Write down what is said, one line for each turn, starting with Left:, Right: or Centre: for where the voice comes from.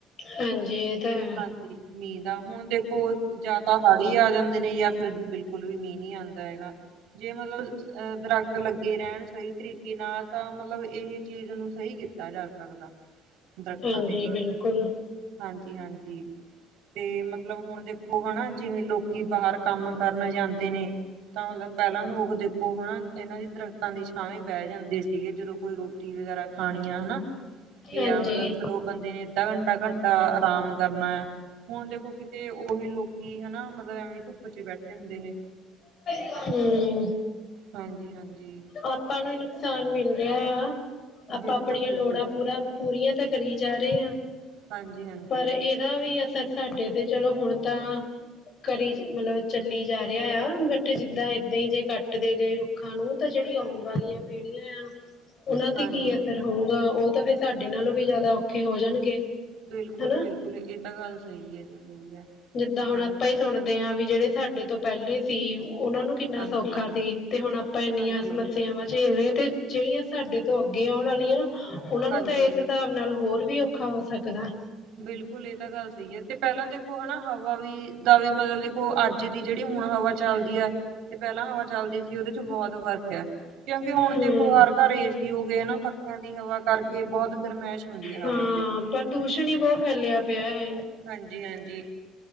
Left: ਹਾਂਜੀ ਇਹ ਤਾਂ ਹੈ
Right: ਹਾਂਜੀ ਮੀਂਹ ਦਾ ਹੁਣ ਦੇਖੋ ਜਾਂ ਤਾਂ ਹੜ ਈ ਆ ਜਾਂਦੇ ਨੇ ਯਾ ਫਿਰ ਬਿਲੁ ਬਿਲਕੁਲ ਵੀ ਮੀਂਹ ਨੀ ਆਉਂਦਾ ਹੈਗਾ ਜੇ ਮਤਲਬ ਅ ਦਰਖਤ ਲੱਗੇ ਰਹਿਣ ਸਹੀ ਤਰੀਕੇ ਨਾਲ ਤਾਂ ਮਤਲਬ ਇਹ ਚੀਜ਼ ਨੂੰ ਸਹੀ ਕੀਤਾ ਜਾ ਸਕਦਾ ਦਰਖਤਾਂ
Left: ਹਾਂਜੀ
Right: ਦੇ ਨਾਲ
Left: ਬਿਲਕੁਲ
Right: ਹਾਂਜੀ ਹਾਂਜੀ ਤੇ ਮਤਲਬ ਹੁਣ ਦੇਖੋ ਹਨਾ ਜਿਵੇਂ ਲੋਕੀ ਬਾਹਰ ਕੰਮ ਕਰ ਜਾਂਦੇ ਨੇ ਤਾਂ ਮਤਲਬ ਪਹਿਲਾਂ ਲੋਕ ਦੇਖੋ ਹੈ ਨਾ ਇਹਨਾਂ ਦੀ ਦਰਖਤਾਂ ਦੀ ਛਾਵੇਂ ਬਹਿ ਜਾਂਦੇ ਸੀਗੇ ਜਦੋਂ ਕੋਈ ਰੋਟੀ ਵਗੈਰਾ ਖਾਣੀ ਆ ਹੈ ਨਾ
Left: ਹਾਂਜੀ
Right: ਆ ਮਤਲਬ ਚਲੋ ਬੰਦੇ ਨੇ ਅੱਧਾ ਘੰਟਾ ਘੰਟਾ ਆਰਾਮ ਕਰਨਾ ਹੈ ਹੁਣ ਦੇਖੋ ਕਿਤੇ ਉਹੀ ਲੋਕੀ ਹੈ ਨਾ ਮਤਲਬ ਐਵੇਂ ਧੁੱਪ ਚ ਬੈਠੇ ਹੁੰਦੇ ਨੇ
Left: ਹਮ
Right: ਹਾਂਜੀ ਹਾਂਜੀ
Left: ਆਪਾਂ ਨੂੰ ਹੀ ਨੁਕਸਾਨ ਮਿਲ ਰਿਹਾ ਆ ਆਪਾਂ
Right: ਬਿਲਕੁਲ
Left: ਆਪਣੀਆਂ
Right: ਬਿਲਕੁਲ
Left: ਲੋੜਾਂ ਪੂਰਾ ਪੂਰੀਆਂ ਤਾਂ ਕਰੀ ਜਾ ਰਹੇ ਹ
Right: ਹਾਂਜੀ ਹਾਂਜੀ
Left: ਪਰ ਇਹਦਾ ਵੀ ਅਸਰ ਸਾਡੇ ਤੇ ਚਲੋ ਹੁਣ ਤਾਂ ਕਰੀ ਮਤਲਬ ਚੱਲੀ ਜਾ ਰਿਹਾ ਆ ਬਟ ਜਿੱਦਾਂ ਏਦਾਂ ਹੀ ਜੇ ਕੱਟਦੇ ਗਏ ਰੁੱਖਾਂ ਨੂੰ ਤਾਂ ਜਿਹੜੀ ਆਉਣ ਵਾਲੀਆਂ ਪੀੜ੍ਹੀਆਂ ਆ ਉਹਨਾਂ ਤੇ
Right: ਹਾਂਜੀ
Left: ਕੀ ਅਸਰ ਹੋਊਗਾ ਉਹ ਤਾਂ ਫੇਰ ਸਾਡੇ ਨਾਲੋਂ ਵੀ ਜ਼ਿਆਦਾ ਔਖੇ ਹੋ ਜਾਣਗੇ
Right: ਬਿਲਕੁਲ
Left: ਹਨਾ
Right: ਬਿਲਕੁਲ ਇਹ ਤਾਂ ਗੱਲ ਸਹੀ ਹੈ ਜੀ ਸਹੀ ਹੈ
Left: ਜਿੱਦਾਂ ਹੁਣ
Right: ਹਾਂ
Left: ਆਪਾਂ ਹੀ ਸੁਣਦੇ ਹਾਂ ਵੀ ਜਿਹੜੇ ਸਾਡੇ ਤੋਂ ਪਹਿਲੇ ਸੀ। ਉਹਨਾਂ ਨੂੰ ਕਿੰਨਾ
Right: ਹਾਂਜੀ
Left: ਸੌਖਾ ਸੀ, ਤੇ ਹੁਣ ਆਪਾਂ ਇੰਨੀਆਂ
Right: ਹਾਂਜੀ
Left: ਸਮੱਸਿਆਵਾਂ ਝੇਲ ਰਹੇ ਤੇ ਜਿਹੜੀਆਂ ਸਾਡੇ ਤੋਂ ਅੱਗੇ ਆਉਣ ਆਲੀਆਂ ਉਹਨਾਂ ਨੂੰ
Right: ਹਾਂਜੀ
Left: ਤਾਂ, ਇਸ ਹਿਸਾਬ ਨਾਲ ਹੋਰ ਵੀ ਔਖਾ ਹੋ ਸਕਦਾ।
Right: ਬਿਲਕੁਲ ਇਹ ਤਾਂ ਗੱਲ ਸਹੀ ਹੈ, ਤੇ ਪਹਿਲਾਂ ਦੇਖੋ ਹਨਾ ਹਵਾ ਵੀ ਦਾ ਵੀ ਮਤਲਬ ਦੇਖੋ, ਅੱਜ ਦੀ ਜਿਹੜੀ ਹੁਣ ਹਵਾ ਚੱਲਦੀ ਹੈ, ਤੇ ਪਹਿਲਾਂ ਹਵਾ ਚੱਲਦੀ ਸੀ, ਉਹਦੇ ਚ ਬਹੁਤ ਫਰਕ ਕਿਉਂਕਿ ਹੁਣ
Left: ਹਮ
Right: ਦੇਖੋ, ਹਰ ਘਰ ਏ ਸੀ ਹੋ ਗਏ, ਨਾ ਪੱਖਿਆਂ ਦੀ ਹਵਾ ਕਰਕੇ ਬਹੁਤ ਗਰਮੈਸ਼ ਹੁੰਦੀ ਹੈ
Left: ਹਾਂ
Right: ਹਵਾ ਚ।
Left: ਪ੍ਰਦੂਸ਼ਣ ਹੀ ਬਹੁਤ ਫੈਲਿਆ ਪਿਆ ਆ।
Right: ਹਾਂਜੀ ਹਾਂਜੀ,